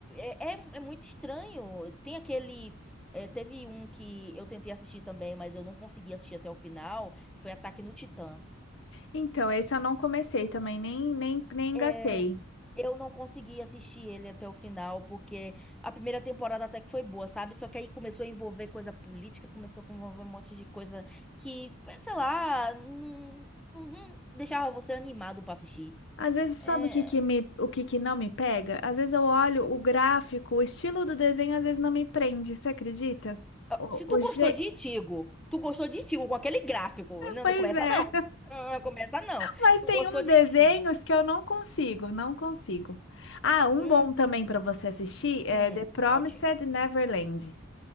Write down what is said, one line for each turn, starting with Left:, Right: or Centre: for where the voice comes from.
Centre: é, é, é é muito estranho. Tem aquele. é, teve um que eu tentei assistir também, mas eu não consegui assistir até o final. Foi Ataque no Titã.
Left: Então, esse eu não comecei também, nem, nem, nem engatei.
Centre: É, eu não consegui assistir ele até o final, porque a primeira temporada até que foi boa, sabe? Só que aí começou a envolver coisa política, começou a envolver um monte de coisa que, sei lá, não, não deixava você animado pra assistir.
Left: Às vezes, sabe
Centre: É,
Left: o que que me, o que que não me pega? Às vezes eu olho o gráfico, o estilo do desenho, às vezes não me prende, você acredita?
Centre: ah,
Left: O,
Centre: se
Left: o,
Centre: tu gostou
Left: je-
Centre: de Itigo, tu gostou de Itigo com aquele gráfico, não,
Left: Pois
Centre: não começa
Left: é,
Centre: não, não começa não.
Left: mas
Centre: Tu
Left: tem
Centre: gostou
Left: uns
Centre: de
Left: desenhos
Centre: Itigo.
Left: que eu não consigo, não consigo. Ah, um
Centre: Hum,
Left: bom também para você assistir é
Centre: hum,
Left: The Promised
Centre: conte.
Left: Neverland,